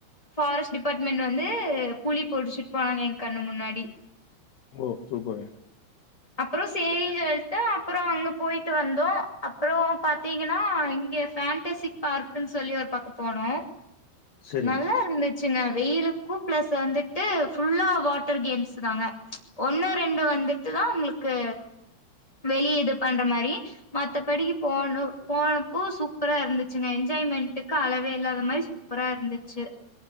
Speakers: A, on the left; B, on the left.
A: ஃபாரஸ்ட் டிபார்ட்மெண்ட் வந்து புலி புட்ச்சிட் போனாங்க எ கண்ணு முன்னாடி
B: ஓ சூப்பர்ங்க
A: அப்புற செரின்ஞ் சொல்ட்டு அப்புற அங்க போயிட்டு வந்தோ அப்புற பாத்தீங்கனா இங்க பேன்டசிக் பார்க்குன் சொல்லி ஒரு பக்க போனோ
B: சரிங்க
A: நல்லா இருந்து சுங்க வெயிலுக்கும் பிளஸ் வந்துட்டு ஃபுல்லா வாட்டர் கேம்ஸ் தாங்க ஒண்ணு ரெண்டு வந்துட்டு தா உங்ளுக்கு வெளிய இது பண்ற மாரி மத்தபடிக்கு போனோ போனப்போ சூப்பரா இருந்துச்சுங்க என்ஜாய்மெண்ட்க்கு அளவே இல்லாத மாரி சூ ப்பரா இருந்துச்சு